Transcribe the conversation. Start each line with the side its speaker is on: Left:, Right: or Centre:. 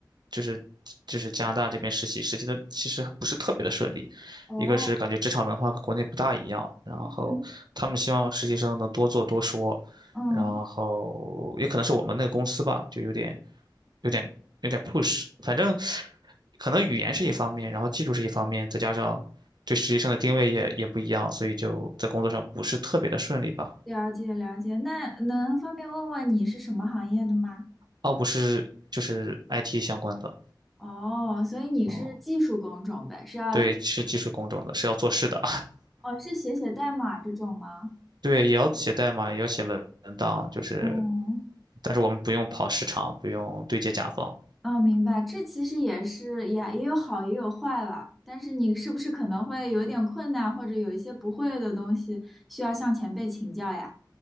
Right: 就是就是加拿大这边实习，实习的其实不是特别的顺利。
Centre: 哦，
Right: 一个是感觉职场文化跟国内不大一样，然后他们希望实习生能多做多说，
Centre: 嗯嗯，
Right: 然后也可能是我们那个公司吧，就有点有点有点 push，反正可能语言是一方面，然后技术是一方面，再加上对实习生的定位也也不一样，所以就在工作上不是特别的顺利吧。
Centre: 了解了解。那能方便问问你是什么行业的吗？
Right: 奥布是就是 IT 相关的，
Centre: 哦，所以你是技术工种呗，
Right: 哦，
Centre: 是要
Right: 对，是技术工种的，是要做事的，
Centre: 哦是写写代码这种吗？
Right: <laughs> 对，也要写代码，也要写文文档，就是，
Centre: 嗯
Right: 但是我们不用跑市场，不用对接甲方，
Centre: 哦，明白。这其实也是也也有好也有坏了，但是你是不是可能会有点困难，或者有一些不会的东西需要向前辈请教呀？